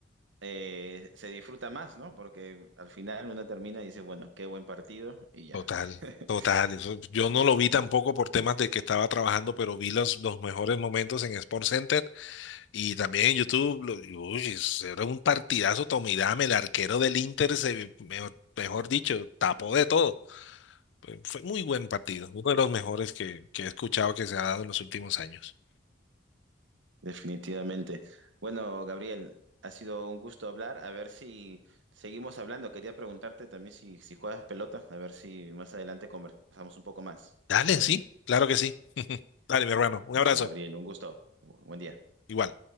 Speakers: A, on the right; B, on the left.
A: eh, se disfruta más, ¿no? Porque al final uno termina y dice, bueno, qué buen partido y ya,
B: Total,
A: <laughs>
B: total. Eso- yo no lo vi tampoco por temas de que estaba trabajando, pero vi los, los mejores momentos en Sport Center y también en YouTube. lo- y, uy, eso era un partidazo. Tommy Dame, el arquero del Inter, se, mejor, mejor dicho, tapó de todo. Fue fue muy buen partido, uno de los mejores que, que he escuchado que se ha dado en los últimos años.
A: definitivamente. Bueno, Gabriel, ha sido un gusto hablar. A ver si seguimos hablando. Quería preguntarte también si, si juegas pelota, a ver si más adelante conversamos un poco más.
B: Dale,
A: ¿Qué te parece?
B: sí, claro que sí. <laughs> Dale, mi hermano, un
A: Listo,
B: abrazo.
A: Gabriel, un gusto. Bu- Buen día.
B: Igual.